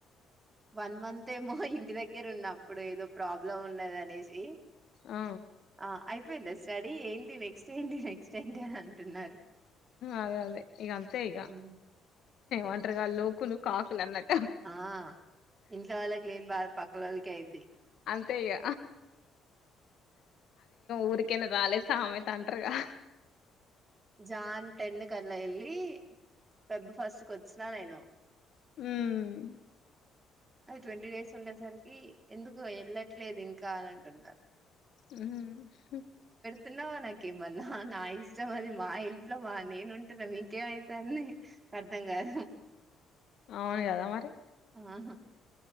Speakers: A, on the right (about 30°); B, on the left (about 65°).
A: వన్ మంత్ ఏమో ఇంటి దగ్గర ఉన్నప్పుడు ఏదో ప్రాబ్లం ఉన్నది అనేసి
B: ఆ
A: ఆ అయిపోయింద స్టడీ ఏంటి నెక్స్ట్ ఏంటి నెక్స్ట్ ఏంటి అని అంటున్నారు
B: అదే అదే ఇగ అంతే ఇగ
A: హ్మ్.
B: ఒంటరిగా లోకులు కాకులు అన్నట్
A: ఆ ఇంట్లో వాళ్ళకి లేని బాగా పక్కల వాళ్ళక అయిద్ది
B: అంతే ఇగ ఊరికైనా రాలేదు సామె అంటర్గా
A: జాన్ టెన్ కల్ల ఎల్లి పెబ్బు ఫస్ట్కి వచ్చినా నేను
B: ఉమ్,
A: అది ట్వంటీ డేస్ ఉండేసరికి ఎందుకు వెళ్ళట్లేదు ఇంకా అని అంటున్నారు
B: హ్మ్
A: తిన్నావానికేమన్నా నా నా ఇష్టం అది మా ఇంట్లో మా నేను ఉంటున్నా మీకేమైతాంది అని అర్థం కాదు <inaudible>
B: అవును కదా మరి
A: ఆహా